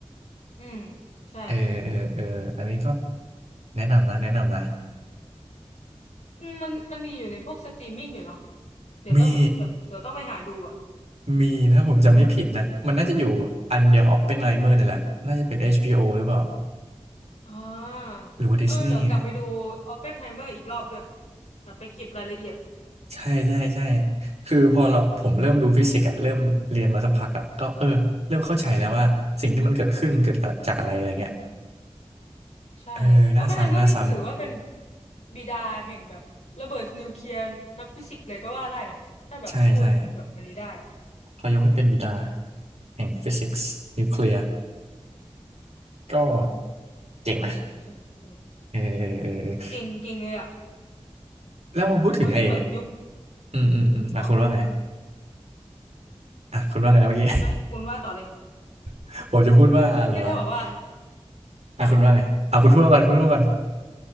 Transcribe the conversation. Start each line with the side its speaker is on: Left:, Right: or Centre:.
Left: อืมใช่
Right: เออเออเอออันนี้ก็แนะนำนะแนะนำนะ
Left: อืมมันมันมีอยู่ในพวกสตรีมมิ่งอยู่เนาะเดี๋ยวต้องแบบแบบเดี๋ยวต้องไปหาดูอ่ะ
Right: มีมีถ้าผมจำไม่ผิดนะ
Left: อืม
Right: มันน่าจะอยู่อันเดียวกับ Oppenheimer นี่แหละน่าจะเป็นเอชบีโอหรือเปล่า
Left: อ่า
Right: หรือว่าดิสนีย์นะ
Left: เออเดี๋ยวกลับไปดูออปเพนไฮเมอร์อีกรอบด้วยแบบไปเก็บรายละเอียด
Right: ใช่ใช่ใช่คือพอเราผมเริ่มรู้ฟิสิกส์อะเริ่มเรียนมาสักพักอะก็เออเริ่มเข้าใจแล้วว่าสิ่งที่มันเกิดขึ้นมันเกิดจากอะไรอะไรเงี้ย
Left: อืม ใช่ออปเพนไฮเมอร์นี่ถือว่าเป็น
Right: เออน่าซ้ำน่าซ้ำ
Left: บิดาแห่งแบบระเบิดนิวเคลียร์นักฟิสิกส์เลยก็ว่าได้นะถ้าแบบพูดแบบอันนี้ได้อ่ะ
Right: ใช่ใช่เขายกให้เป็นบิดา
Left: อืม
Right: แห่งฟิสิกส์นิวเคลียร์ก็
Left: อืม
Right: เจ๋งนะ
Left: โอ้แต่สนุกสนุก
Right: เออเออเออเออ
Left: เก่งเก่งเลยอ่ะ
Right: แล้วพอพูดถึงไอ้
Left: เรายิ่งแบบยุค
Right: อืมอืมอืมอ่ะคุณว่าไง
Left: ก่อน
Right: อ่ะคุณว่าไงนะเมื่อกี้
Left: ไอ้คุณว่าต่อเลย
Right: <laughs> ผมจะพูดว่าอะไรวะ
Left: <laughs> แค่จะบอกว่า
Right: อ่ะคุณว่าไงอ่ะคุณพูดก่อนคุณพูดก่อน
Left: อ่ะ